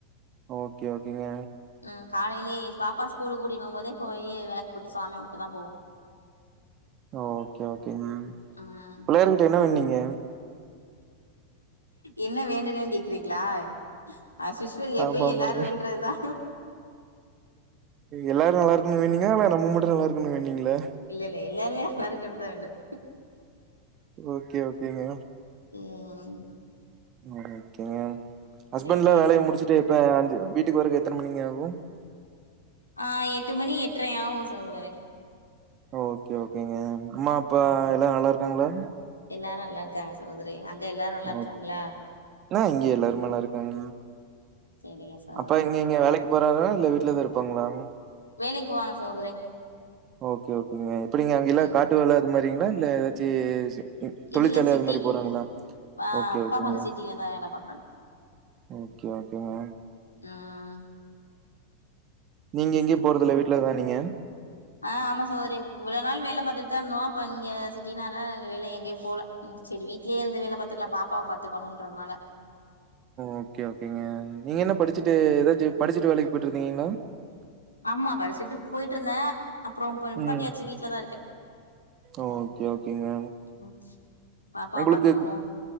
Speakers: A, on the right (about 35°); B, on the left (about 80°).
A: ஓகே ஓகேங்க
B: ம் காலைலே எ பாப்பா ஸ்கூலு கூடி போகும்போதே போயி வெளக் போட்டு சாமி கும்ட்டு தா போவோ
A: ஓகே ஓகேங்க
B: ம்
A: புள்ளையர்கிட்ட என்ன வேண்டுணீங்க
B: என்ன வேண்டுனன் கேக்குறீங்களா அஸ்யூஷுவல்
A: ஆமாமாங்க.
B: எப்பயு எல்லாரு வேண்றதுதா
A: எல்லாரு நல்லாருக்கன்னு வேண்னீங்கா இல்ல நம்ம மட்டு நல்லாருக்கன்னு வேண்னீங்களா
B: இல்ல இல்ல எல்லாருமே அல்லா இருக்கன்னு தா வேண்டுன
A: ஓகே ஓகேங்க
B: ம்
A: ஓகேங்க ஹஸ்பண்ட்லா
B: சேரிங்க
A: வேலைய
B: சகோ
A: முடிச்சுட்டு எப்ப அஞ் வீட்டுக்கு வரக்கு எத்தன மணிங்க ஆகு
B: ஆ எட்டு மணி எட்ரை ஆகு சகோதரரே
A: ஓகே ஓகேங்க அம்மா அப்பா
B: ம்
A: எல்லா நல்லாருக்காங்களா
B: எல்லாரு நல்லாருக்காங்க சகோதரி அங்க எல்லாரு நல்லா
A: ஓ
B: இருக்காங்களா
A: ஆ இங்கயல்லாருமே நல்லாருக்காங்க
B: சரிங்க ச
A: அப்பா எங்கங்க வேலைக்கு போறாரா இல்ல வீட்டுலதா இருப்பாங்களா
B: வேலைக்கு போவாங்க சகோதரே
A: ஓகே ஓகேங்க எப்டிங்க அங்கயெல்லா
B: ம்
A: காட்டு வேல அதுமாரிங்களா இல்ல ஏதாச்சு ம்
B: இல்ல
A: தொழிற்சாலை
B: இல்ல சிட்டி
A: அது மாரி போறாங்களா
B: ஆ
A: ஓகே
B: அப்பா
A: ஓகேங்க
B: கொஞ்சோ சிட்டிலதா வேல பாக்குறாங்க
A: ஓகே ஓகேங்க
B: ஆ
A: நீங்க எங்கயு
B: சகோதரி
A: போறதுல்ல வீட்டுலதா நீங்க
B: ஆ ஆமா சோகோதரே இவ்ளோ நாள் வேல பாத்துட்டு தா இருந்தோ அப்ப இங்க சிட்டினால இங்க வேல எங்கயு போல ம் செரி வீட்லே இருந்து வேல பாத்துக்கலா பாப்பாவ பாத்துக்கணுன்றதுனால
A: ஓகே ஓகேங்க நீங்க என்ன படிச்சுட்டு ஏதாச்ச படிச்சுட்டு வேலைக்கு போயிட்டுருதீங்களா
B: ஆமா படிச்சிட்டு போயிட்டு இருந்தே அப்புறம் இப்ப நிப்பாட்டியாச்சு
A: ம்.
B: வீட்டுல தா இருக்கே
A: ஓகே ஓகேங்க
B: ம் பாப்பாவ
A: உங்களுக்கு
B: பாத்துக்கணு